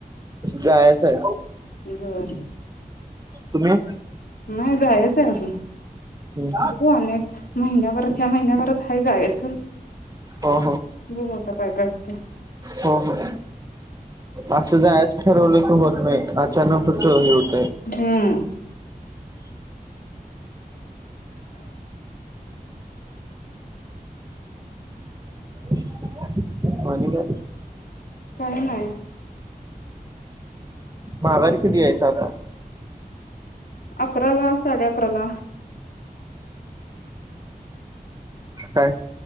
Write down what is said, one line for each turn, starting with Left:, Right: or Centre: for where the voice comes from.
Right: जायचं आहे
Left: बर
Right: तुम्ही
Left: नाही जायचय अजून
Right: हुं
Left: बघू अनेक महिन्याभरात ह्या महिन्याभरात हाय जायचं
Right: हो हो
Left: बघू आता काय काय होतंय
Right: हो हो असं जायच ठरवल की होत नाही अचानकच हे होत
Left: हम्म <inaudible>
Right: <inaudible> आणि काय
Left: काही नाही
Right: माघारी कधी यायच आता
Left: अकरा ला साडे अकरा ला
Right: काय